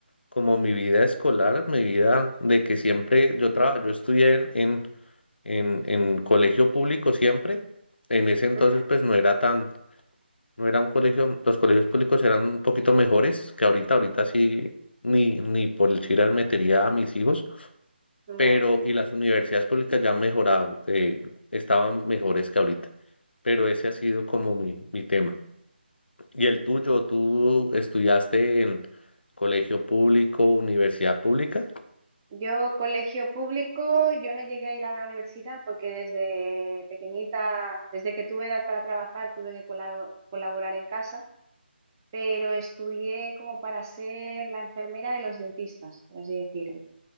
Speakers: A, on the left; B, on the right.
A: como mi vida escolar, mi vida de que siempre yo traba- yo estudié en, en, en en colegio público siempre, en ese entonces
B: ajá,
A: pues no era tan no era un colegio, los colegios públicos eran un poquito mejores que ahorita, ahorita sí, ni, ni por el chiral metería a mis hijos,
B: ya.
A: pero y las universidades públicas ya mejoraban, eh, estaban mejores que ahorita, pero ese ha sido como mi, mi tema. ¿Y el tuyo? ¿Tú estudiaste en colegio público, universidad pública?
B: Yo, colegio público, yo no llegué a ir a la universidad porque desde pequeñita, desde que tuve edad para trabajar, tuve que colabo- colaborar en casa. pero estudié como para ser la enfermera de los dentistas, por así decirlo.